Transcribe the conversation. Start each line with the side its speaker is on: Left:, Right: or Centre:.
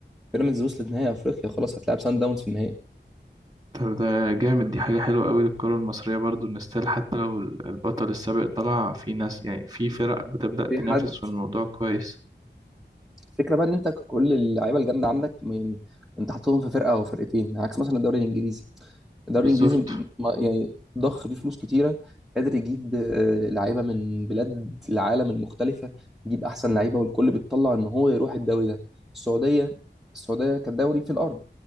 Centre: بيراميدز وصلت نهائي افريقيا خلاص هتلعب سان داونز في النهائي
Right: طب ده جامد دي حاجه حلوه قوي للكره المصريه برضو ان ستيل حتى لو ال- البطل السابق طلع في ناس يعني في فرق بتبدا
Centre: في
Right: تنافس
Centre: حد
Right: في الموضوع كويس
Centre: الفكره بقى ان انت كل اللعيبه الجامده عندك يعني انت حاططهم في فرقه او فرقتين عكس مثلا الدوري الانجليزي الدوري
Right: بالظبط
Centre: الانجليزي م- ما- يعني ضخ فيه فلوس كتيره قادر يجيب آه، لعيبه من بلاد العالم المختلفه يجيب احسن لعيبه والكل بيتطلع ان هو يروح الدوري ده السعوديه السعوديه كدوري في الارض